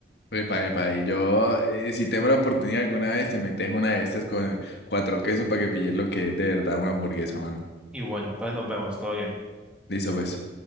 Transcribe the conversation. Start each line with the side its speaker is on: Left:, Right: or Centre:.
Left: Epa, epa, y yo, eh, si tengo la oportunidad alguna vez, te metes una de estas con cuatro quesos para que pilles lo que es de verdad una hamburguesa, mano.
Centre: Y bueno, entonces nos vemos, todo bien.
Left: Listo, pues.